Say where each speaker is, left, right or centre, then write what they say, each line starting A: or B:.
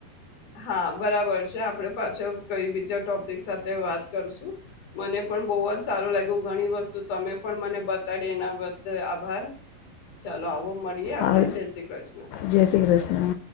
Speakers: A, on the left (about 45°); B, on the left (about 85°).
A: હા બરાબર છે, આપડે પાછો કઈ બીજા ટોપિક સાથે વાત કરશું. મને પણ બહુ જ સારું લાગ્યું ઘણી વસ્તુ તમે પણ મને બતાડી એના બદલ આભાર ચાલો આવો. એ આપે
B: આવ
A: જય શ્રી કૃષ્ણ.
B: જય શ્રી કૃષ્ણ